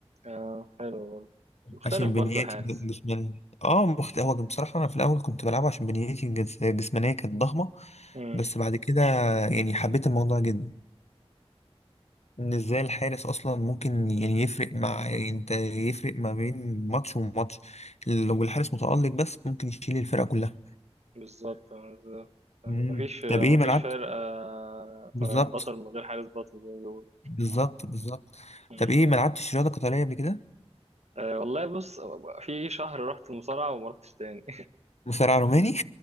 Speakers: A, on the right (about 85°); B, on the left (about 85°).
A: اه حلو برضه مختلف
B: عشان
A: برضه
B: بنيتي
A: الحارس
B: جسمانية اه مخت... هو بصراحه انا في الاول كنت بلعبه عشان بنيتي الجس- الجسمانيه كانت ضخمه
A: امم
B: بس بعد كده يعني حبيت الموضوع جدا ان ازاي الحارس اصلا ممكن يعني يفرق مع يعني انت يفرق ما بين ماتش وماتش لو الحارس متالق بس ممكن يشيل الفرقه كلها
A: بالظبط آه، بالظبط مفيش
B: مم.
A: مفيش
B: طب ايه ما لعبت
A: فرق آه،
B: بالظبط
A: بطل من غير حارس بطل زي ما بيقولوا
B: بالظبط بالظبط
A: مم.
B: طب ايه ما لعبتش رياضه قتاليه قبل كده
A: أه والله بص في شهر رحت مصارعة وما رحتش تاني
B: مصارع روماني